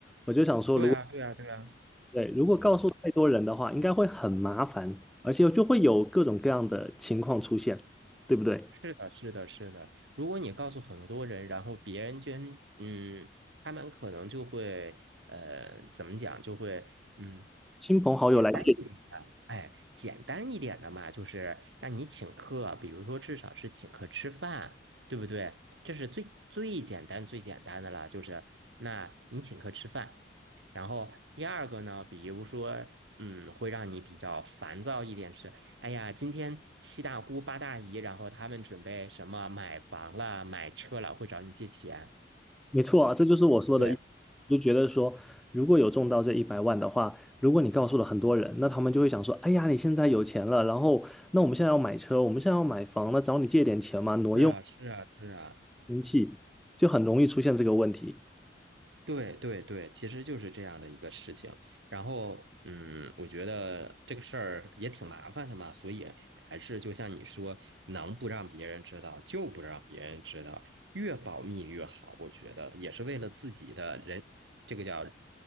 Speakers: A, in the centre; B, on the right.
A: 我就想说，
B: 对啊，
A: 如
B: 对啊，对啊。
A: 对，如果告诉太多人的话，应该会很麻烦，而且就会有各种各样的情况出现，对不对？
B: 是的，是的，是的。如果你告诉很多人，然后别人捐，嗯，他们可能就会，呃，怎么讲，就会，嗯，
A: 亲朋好友来借，
B: 简单一点的，哎，简单一点的嘛，就是让你请客，比如说至少是请客吃饭，对不对？这是最最简单最简单的了，就是那你请客吃饭。然后第二个呢，比如说，嗯，会让你比较烦躁一点是。哎呀，今天七大姑八大姨，然后他们准备什么买房了、买车了，会找你借钱。
A: 没错啊，这就是我说的，
B: 对，
A: 就觉得说，如果有中到这一百万的话，如果你告诉了很多人，那他们就会想说，哎呀，你现在有钱了，然后那我们现在要买车，我们现在要买房那找你借点钱嘛，挪用
B: 是啊，是啊，是啊，
A: 亲戚，就很容易出现这个问题。
B: 对对对，其实就是这样的一个事情。然后，嗯，我觉得这个事儿也挺麻烦的嘛，所以还是就像你说，能不让别人知道就不让别人知道，越保密越好。我觉得也是为了自己的人，这个叫